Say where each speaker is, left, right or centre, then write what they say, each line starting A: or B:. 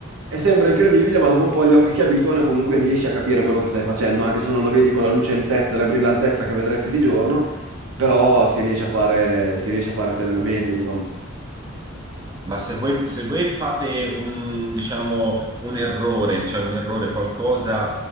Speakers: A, on the right (about 80°); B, on the right (about 20°).
A: e sembra incredibile, ma dopo un po' gli occhi si abituano e comunque riesci a capire quello che stai facendo, anche se non lo vedi con la lucentezza e la brillantezza che vedresti di giorno, però si riesce a fare, si riesce a fare serenamente, insomma.
B: Ma se voi, se voi fate un, diciamo, un errore, cioè un errore, qualcosa